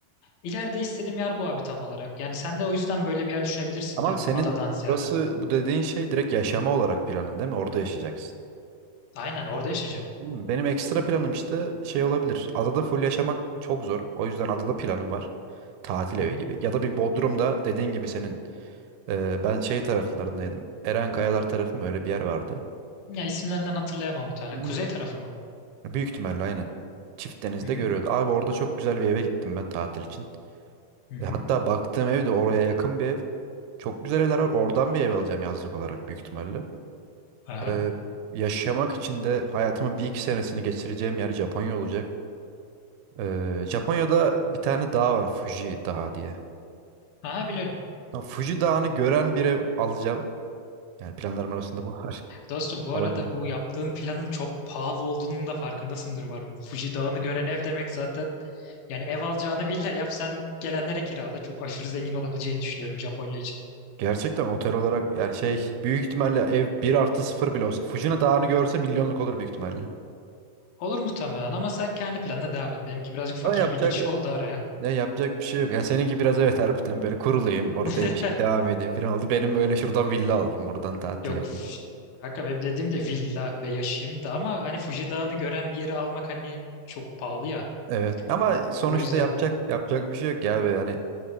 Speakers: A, on the left; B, on the right.
A: İleride istediğim yer bu abi tam olarak. Yani sen de o yüzden böyle bir yer düşünebilirsin
B: Ama
A: diyorum
B: senin
A: adadan ziyade.
B: burası bu dediğin şey direkt yaşama olarak planın değil mi? Orada yaşayacaksın.
A: Aynen orada yaşayacağım.
B: Hmm, Benim ekstra planım işte şey olabilir. Adada full yaşamak çok zor. O yüzden adada planım var. Tatil
A: Hı
B: evi
A: hı.
B: gibi. Ya da bir Bodrum'da dediğin gibi senin Ee, ben şey taraflarındaydım. Eren Kayalar tarafı mı öyle bir yer vardı.
A: Ya isimlerinden hatırlayamam muhtemelen.
B: Hı.
A: Kuzey tarafı mı?
B: Büyük ihtimalle aynen. Çift denizde
A: Hı hı.
B: görüyordu. Abi orada çok güzel bir eve gittim ben tatil için.
A: Hı hı.
B: E, hatta baktığım ev de oraya yakın bir ev. Çok güzel evler var. Oradan bir ev alacağım yazlık olarak büyük ihtimalle.
A: Aha.
B: Ee, yaşamak için de hayatımın bir iki senesini geçireceğim yer Japonya olacak. Ee, Japonya'da bir tane dağ var Fuji Dağı diye.
A: Aha biliyorum.
B: Ha, Fuji Dağı'nı gören bir ev alacağım. Yani planlarım arasında bu var.
A: Dostum
B: <laughs>
A: bu
B: Alabilirsem.
A: arada bu yaptığın planın çok pahalı olduğunun da farkındasındır umarım. Fuji Dağı'nı gören ev demek zaten yani ev alacağını villa yap sen gelenlere kirala çok aşırı zengin olabileceğini düşünüyorum Japonya için.
B: Gerçekten otel olarak yani şey büyük ihtimalle ev bir artı sıfır bile olsa Fujina Dağı'nı görse milyonluk olur büyük ihtimalle.
A: Olur muhtemelen ama sen kendi planına devam et. Benimki birazcık fakir
B: Ama yapacak
A: bir giriş oldu araya.
B: Ya yapacak bir şey yok. Ya seninki biraz evet harbiden böyle kurulayım orada yaşayayım
A: <laughs>
B: devam edeyim falan oldu. Benim böyle şuradan villa alayım buradan tatil
A: Yok
B: yapayım.
A: üf, kanka benim dediğim de villa ve yaşayayım da ama hani Fuji Dağı'nı gören bir yeri almak hani çok pahalı ya.
B: Evet ama sonuçta
A: O yüzden.
B: yapacak yapacak bir şey yok ya. Ve Hani